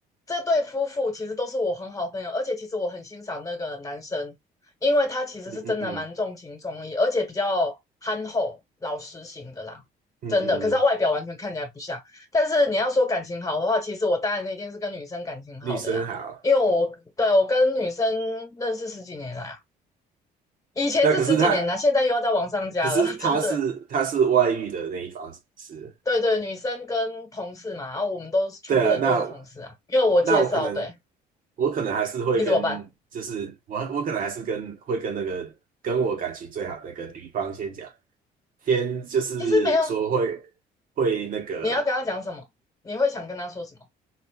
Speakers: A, on the left; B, on the right.
A: 这对夫妇其实都是我很好的朋友，而且其实我很欣赏那个男生，因为他其实是真的蛮重情重义，
B: 嗯嗯嗯
A: 而且比较憨厚老实型的啦，
B: 嗯嗯，
A: 真的。可是他外表完全看起来不像。
B: 嗯
A: 但是你要说感情好的话，其实我当然一定是跟女生感情好的呀，
B: 女生好。
A: 因为我对我跟女生认识十几年来啊，以前是十几年啦，
B: 那可是他，
A: 现在又要再往上加了，
B: 可是他是他是外遇的那一方是不是？
A: <laughs> 这对。对对，女生跟同事嘛，然后我们都是全部人都是同事啊，
B: 对啊，那
A: 因为我介绍，
B: 那我可能
A: 对，
B: 我可能还是会跟，
A: 你怎么办？
B: 就是我我可能还是跟会跟那个跟我感情最好的那个女方先讲，先就是说会
A: 其实没有，
B: 会那个，
A: 你要跟他讲什么？你会想跟他说什么？